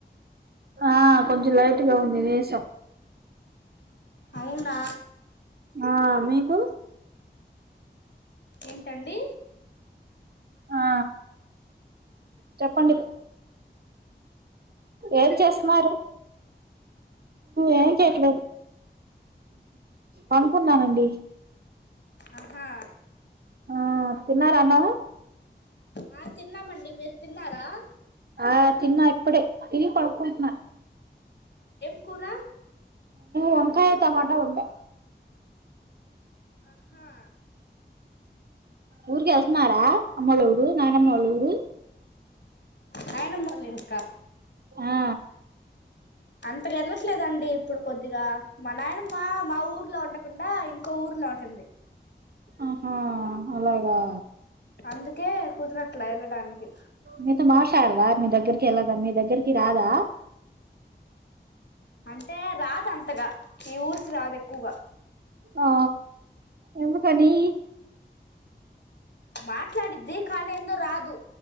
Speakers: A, on the right; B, on the left.
A: ఆ కొంచెం లైట్గా ఉంది నసం
B: అవునా
A: ఆ మీకు
B: ఏంటండి
A: ఆ చెప్పండి ఏం చేస్తున్నారు ఏం చె ఎట్ల పనుకున్నానండి
B: ఆహా
A: ఆ తిన్నార అన్న
B: ఆ తిన్నామండి మీరు తిన్నారా
A: ఆ తిన్నా ఇప్పుడే తిని కొనుకుంటున్నా
B: కుకుర
A: వంకాయ టమాోటా ఉంటే
B: ఆహా
A: ఊరికి వస్తున్నారా అమ్మల ఊరు నానమ్మ వాళ్ళ ఊరు
B: కయనా మ లంకా
A: ఆ
B: అంతక వెళ్ళట్లేదండి ఇప్పుడు కొద్దిగా మా నాయన మా మా ఊర్లో ఉండకుండా ఇంకో ఊర్లో ఉంటుంది
A: ఆహా అలాగా
B: అందుకే కుదరట్లే వెళ్ళడానికి
A: మీతో మాట్లాడదా మీ దగ్గరికి వెళ్ళదా మీ దగ్గరికి రాదా
B: అంటే రాదు అంతగా ఈ ఊరికి రాదు ఎక్కువగా
A: ఆ ఎందుకని
B: మాట్లాడిద్ది కానీందో రాదు